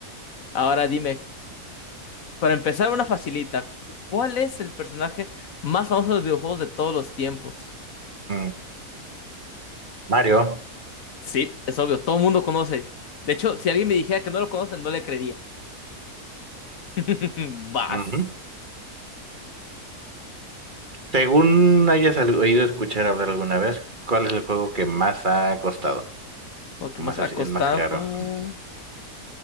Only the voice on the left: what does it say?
Ahora dime, para empezar una facilita, ¿cuál es el personaje más famoso de los videojuegos de todos los tiempos?
Sí, es obvio, todo el mundo conoce. De hecho, si alguien me dijera que no lo conoce, no le creería. <laughs> Vas.
Lo
que más
ha costado.